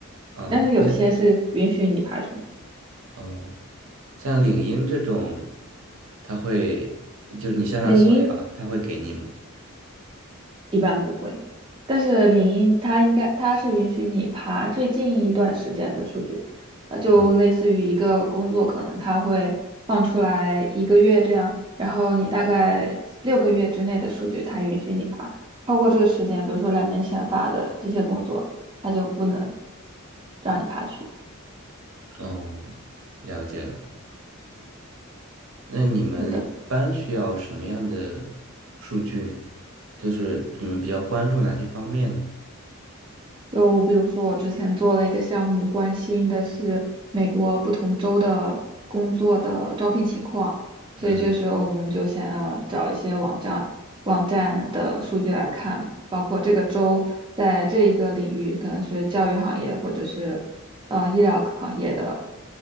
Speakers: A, on the right; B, on the right.
A: 哦，
B: 但是有些是允许你爬虫。
A: 就像哦，像领英这种，他会就是你向他索要，
B: 领英
A: 他会给你吗？
B: 一般不会。但是领英它应该它是允许你爬最近一段时间的数据，呃，就类似于一个工作可能它会放出来一个月这样，
A: 哦
B: 然后你大概六个月之内的数据它允许你爬，超过这个时间，比如说两年前发的这些工作，它就不能让你爬去。
A: 哦，了解了。那你们一般需要什么样的
B: 的。
A: 数据呢？就是你们比较关注哪些方面呢？
B: 就比如说，我之前做了一个项目，关心的是美国不同州的工作的招聘情况，所以这时候我们就想要找一些网站网站的数据来看，
A: 嗯
B: 包括这个州在这一个领域，可能是教育行业或者是呃医疗行业的